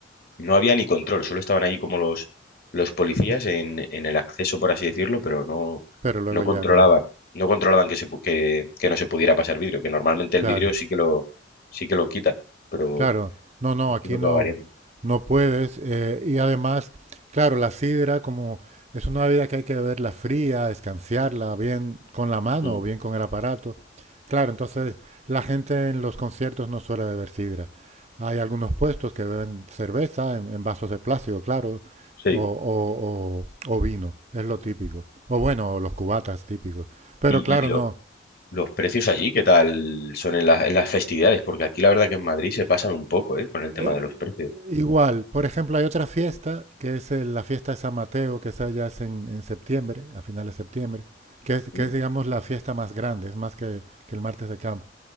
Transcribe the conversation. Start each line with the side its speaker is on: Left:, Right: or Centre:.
Left: no había ni control, solo estaban ahí como los, los policías en, en el acceso, por así decirlo, pero no,
Right: pero luego
Left: no
Right: ya,
Left: controlaban,
Right: claro,
Left: no controlaban que se pu- que, que no se pudiera pasar vidrio, que normalmente
Right: claro.
Left: el vidrio sí que lo, sí que lo quitan, pero
Right: Claro, no, no,
Left: entiendo
Right: aquí no,
Left: que va variando.
Right: no puedes. eh, y además, claro, la sidra como es una bebida que hay que beberla fría, escanciarla bien con la mano
Left: Mm,
Right: o bien con el aparato. Claro, entonces la gente en los conciertos no suele beber sidra. Hay algunos puestos que beben cerveza en, en vasos de plástico, claro,
Left: sí.
Right: o, o- o- o vino, es lo típico. O bueno, los cubatas típicos. Pero
Left: Y,
Right: claro,
Left: y lo-
Right: no.
Left: los precios allí, ¿qué tal son en, la- en las festividades? Porque aquí la verdad que en Madrid se pasan un poco, ¿eh? Con el tema
Right: eh,
Left: de los precios.
Right: Igual, por ejemplo, hay otra fiesta, que es eh, la fiesta de San Mateo, que esa ya es en, en septiembre, a finales de septiembre, que es,
Left: ¿Mm?
Right: que es, digamos, la fiesta más grande, es más que, que el martes de campo.